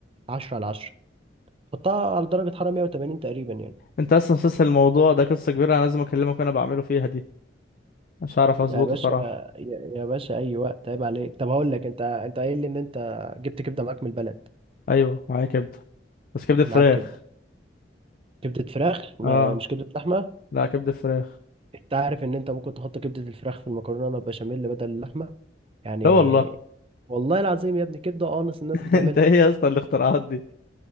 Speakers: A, on the right; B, on the left.
A: عشرة على عشرة حطها على درجة حرارة 180 تقريبا يعني
B: انت اصلا مسلسل الموضوع ده قصه كبيره انا لازم اكلمك وانا بعمله فيها دي مش هعرف اظبطه
A: يا باشا
B: صراحه
A: يا يا باشا أي وقت عيب عليك طب هقول لك أنت أنت قايل لي إن أنت جبت كبدة معاك من البلد
B: ايوه معايا كبده بس كبده فراخ
A: معاك كبدة كبدة فراخ ما
B: اه
A: مش كبدة لحمة
B: لا كبده فراخ
A: انت عارف ان انت ممكن تحط كبدة الفراخ في المكرونة بشاميل بدل اللحمة يعني
B: لا والله
A: والله العظيم يا ابني كبدة قانص الناس
B: <laughs>
A: بتعملها
B: انت ايه يا اسطى الاختراعات دي